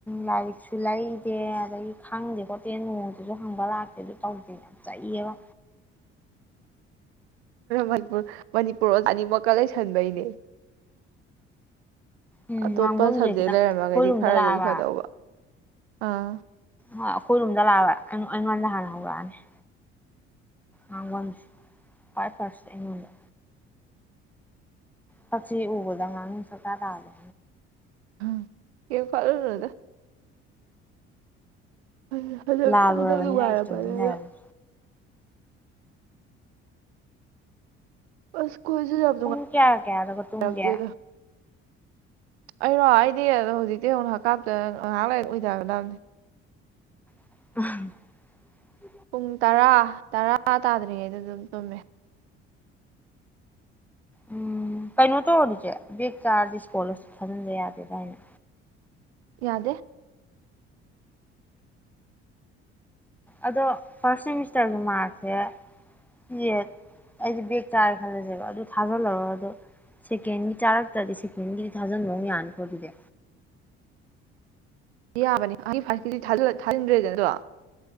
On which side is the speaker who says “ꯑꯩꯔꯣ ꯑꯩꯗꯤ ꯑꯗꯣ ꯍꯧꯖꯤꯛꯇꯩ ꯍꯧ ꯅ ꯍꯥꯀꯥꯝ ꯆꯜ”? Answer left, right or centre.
Right